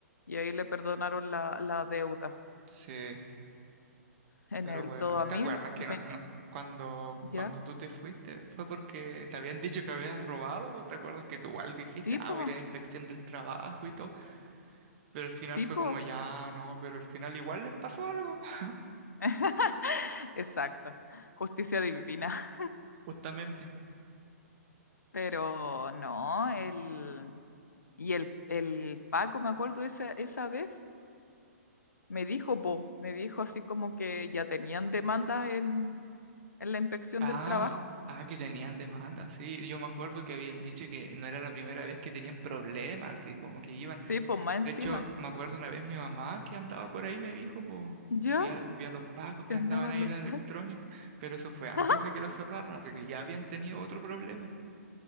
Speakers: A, on the left; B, on the right.
A: y ahí le perdonaron la, la deuda.
B: Sí.
A: En
B: Pero
A: el
B: bueno,
A: todo
B: ¿y
A: a
B: ¿te
A: mil,
B: acuerdas que
A: me,
B: no, no- cuando, cuando
A: ya,
B: tú te fuiste fue porque te habían dicho que habías robado? pues, ¿Te acuerdas que tú igual dijiste,
A: sí,
B: ah,
A: pues,
B: voy a ir a la inspección del trabajo y todo? Pero al final
A: sí,
B: fue
A: pues,
B: como, ya, no, pero al final igual les pasó algo, <laughs>
A: <laughs> exacto, justicia divina.
B: justamente.
A: Pero no, el... Y el, el Paco, me acuerdo esa, esa vez, me dijo, po, me dijo así como que ya tenían demandas en, en la inspección
B: Ah,
A: del trabajo.
B: ah, que tenían demanda, sí. Yo me acuerdo que habían dicho que no era la primera vez que tenían problemas y como que iban
A: Sí, pues más encima.
B: De hecho, me acuerdo una vez mi mamá que andaba por ahí me dijo, po,
A: ¿Ya?
B: vi a, vi a los pacos
A: Que
B: que
A: andaban
B: andaban ahí
A: los
B: en la
A: Pacos.
B: electrónica, pero eso fue antes
A: <laughs>
B: de que lo cerraran, así que ya habían tenido otro problema.